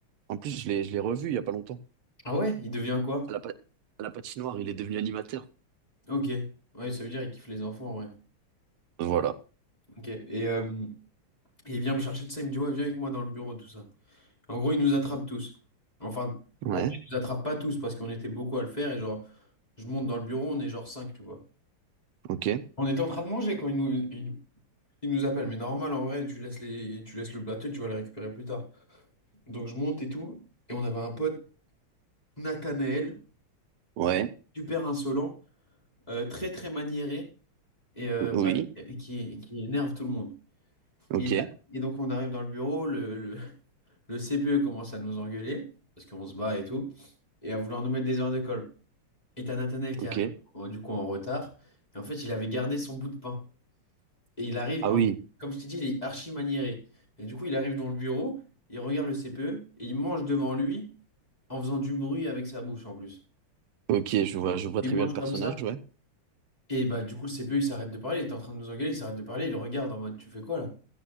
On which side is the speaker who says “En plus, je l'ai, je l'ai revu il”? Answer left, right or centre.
Right